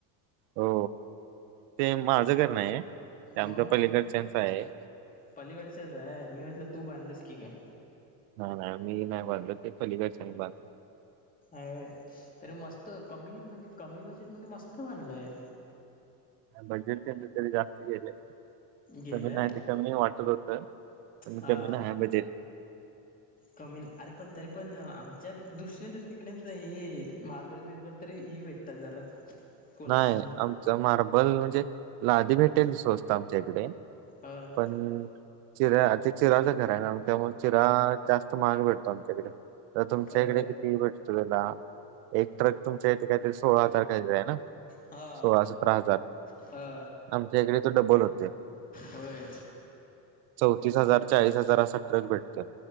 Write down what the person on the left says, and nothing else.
मग
पलीकडच्याच आहे, मी म्हटलं तू बांधलस की काय.
अ तरी मस्त कमी म्हणजे कमी बजेटमध्ये मस्त बांधलंय.
गेलंय
हा
कमी अरे पण तरी पण, आमच्या दृष्टीने तरी तिकडेच हे मार्बल बिल्बल. तरी हे भेटतात जरा. कोल्हापूरमध्ये
अ
अ
हा
हा
होय